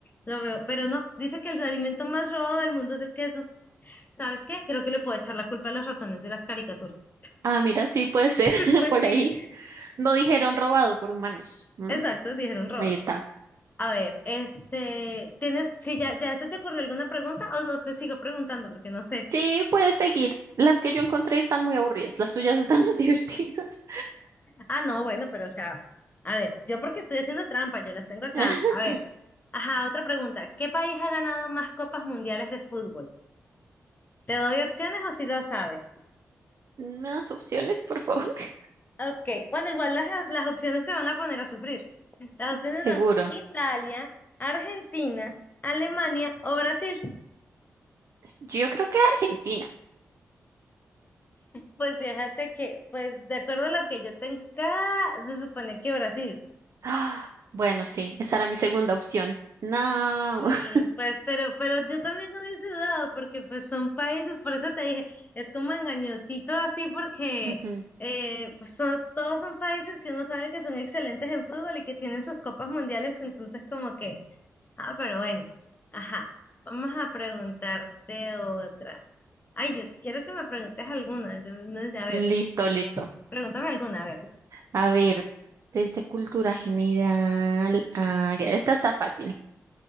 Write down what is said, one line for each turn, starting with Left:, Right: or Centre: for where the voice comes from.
Left: lo veo. Pero no, dice que el alimento más robado del mundo es el queso. ¿Sabes qué? Creo que le puedo echar la culpa a los ratones de las caricaturas.
Right: Ah, mira, sí puede ser
Left: <laughs>
Right: <laughs>
Left: Pues
Right: por
Left: sí,
Right: ahí. No dijeron robado por humanos.
Left: exacto, dijeron robados.
Right: Ahí está.
Left: A ver, este, ¿tienes, si ya, ya se te ocurrió alguna pregunta o, o te sigo preguntando porque no sé?
Right: Sí, puedes seguir. Las
Left: Sí.
Right: que yo encontré están muy aburridas. Las tuyas están más <laughs> divertidas.
Left: Ah, no, bueno, pero o sea, a ver, yo porque estoy haciendo trampa, yo las tengo acá.
Right: <laughs>
Left: A ver, ajá, otra pregunta. ¿Qué país ha ganado más copas mundiales de fútbol? ¿Te doy opciones o si lo sabes?
Right: Más opciones, por favor. <laughs>
Left: Ok, bueno, igual las, las opciones te van a poner a sufrir. Las opciones
Right: Seguro.
Left: son Italia, Argentina, Alemania o Brasil.
Right: Yo creo que Argentina.
Left: Pues fíjate que, pues de acuerdo a lo que yo tengo acá, se supone que Brasil.
Right: Ah, bueno, sí, esa era mi segunda opción. No.
Left: Sí,
Right: <laughs>
Left: pues, pero, pero yo también no hubiese dudado, porque pues son países, por eso te dije, es como engañosito así, porque
Right: Ujú.
Left: eh, pues, son- todos son países que uno sabe que son excelentes en fútbol y que tienen sus copas mundiales, entonces como que, ah, pero bueno, ajá, vamos a preguntarte otra. Ay, yo si quiero que me preguntes alguna, yo, no, a ver,
Right: Listo, listo.
Left: pregúntame alguna, a ver.
Right: A ver, desde cultura general. ah, ya, esta está fácil.